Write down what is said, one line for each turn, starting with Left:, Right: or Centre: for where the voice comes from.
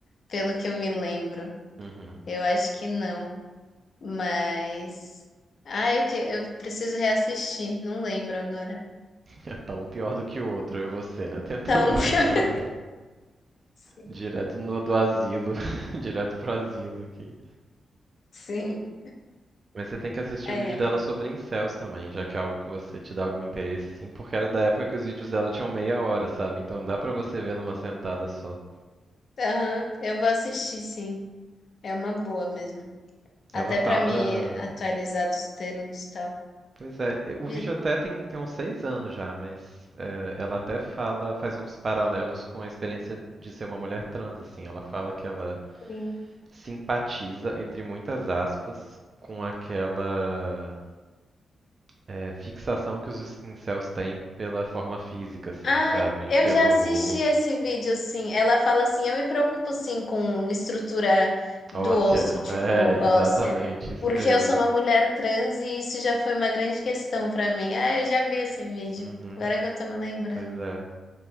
Left: pelo que eu me lembro.
Right: Uhum.
Left: Eu acho que não. Mas. Ai, o que? Eu preciso reassistir. Não lembro agora.
Right: <laughs> É, tá um pior do que o outro, eu e você, né? <laughs> Tentando
Left: Então, <laughs> pior.
Right: lembrar do-
Left: Sim.
Right: direto no- do asilo, <laughs> direto pro asilo aqui.
Left: Sim.
Right: Mas você tem que assistir
Left: Ai,
Right: o vídeo dela
Left: ai.
Right: sobre incels também, já que é algo que você te dá algum interesse, assim, porque era da época que os vídeos dela tinham meia hora, sabe? Então dá pra você ver numa
Left: sim.
Right: sentada só.
Left: Aham, eu vou assistir, sim. É uma boa mesmo. Até
Right: Ela fala.
Left: pra me atualizar dos termos e tal.
Right: Pois é, e- o
Left: Vi-
Right: vídeo até tem, tem uns seis anos já, mas é, ela até fala, faz uns paralelos com a experiência de ser uma mulher trans, assim. Ela fala que ela
Left: Sim.
Right: simpatiza, entre muitas aspas, com aquela é, fixação que os incels têm pela forma física, assim,
Left: Ah,
Right: sabe?
Left: eu
Right: Pelo
Left: já assisti esse
Right: osso.
Left: vídeo, sim. Ela fala assim: eu me preocupo, sim, com estrutura do
Right: Óssea,
Left: osso, tipo
Right: é,
Left: óssea,
Right: exatamente, isso
Left: porque
Right: mesmo.
Left: eu sou uma mulher trans e isso já foi uma grande questão pra mim. Ah, eu já vi esse vídeo,
Right: Uhum,
Left: agora que eu tô me lembrando.
Right: pois é.